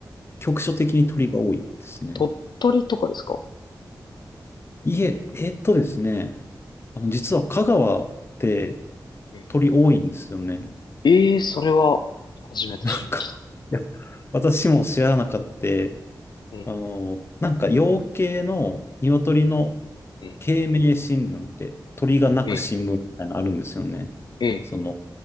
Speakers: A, on the left; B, on the left.
A: 局所的に鳥が多いですね。
B: 鳥取とかですか
A: いえ、えーっとですね、あの、実は香川って
B: ええ、
A: 鳥多いんですよね。
B: ええそれは、初めて知りました。
A: <laughs> なんか、いや私も知らなかった。
B: ええ、
A: あの、なんか養鶏の鶏の
B: ええ
A: 鶏鳴新聞って鳥が鳴く新聞みたいなのあるんですよね。
B: え、え、
A: その